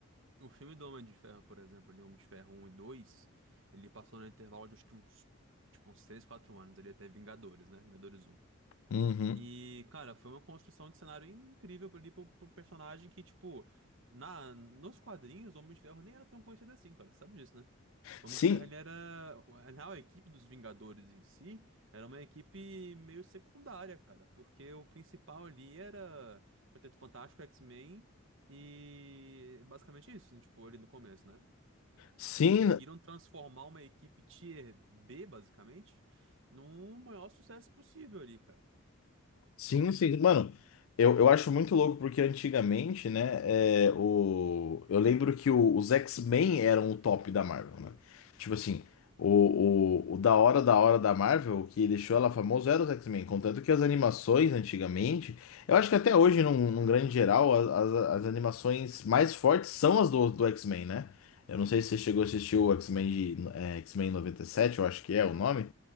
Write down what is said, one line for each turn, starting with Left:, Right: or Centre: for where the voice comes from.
Right: O filme do Homem de Ferro, por exemplo, ali, Homem de Ferro um e 2 ele passou no intervalo de acho que uns, tipo, uns 3 4 anos ali até Vingadores, né? Vingadores um.
Left: Uhum.
Right: E, cara, foi uma construção de cenário incrível ali pro, pro personagem que, tipo, na, nos quadrinhos, o Homem de Ferro nem era tão conhecido assim, cara. Você sabe disso, né? O
Left: Sim,
Right: Homem de Ferro, ele era. Na real, a equipe dos Vingadores em si era uma equipe meio secundária, cara. Porque o principal ali era Quarteto Fantástico, X-Men e basicamente isso, né, tipo, ali no começo, né?
Left: sim.
Right: E conseguiram transformar uma equipe Tier B, basicamente, num maior sucesso possível ali, cara.
Left: Sim, sim. Mano, eu, eu acho muito louco porque antigamente, né, é, o, eu lembro que o- os X-Men eram o top da Marvel, né? Tipo assim, o, o, o da hora da hora da Marvel, o que deixou ela famosa era os X-Men. Contanto que as animações antigamente, eu acho que até hoje, num, num grande geral, as, as, as animações mais fortes são as do, do X-Men, né? Eu não sei se você chegou a assistir o X-Men de, é, X-Men 97 eu acho que é o nome.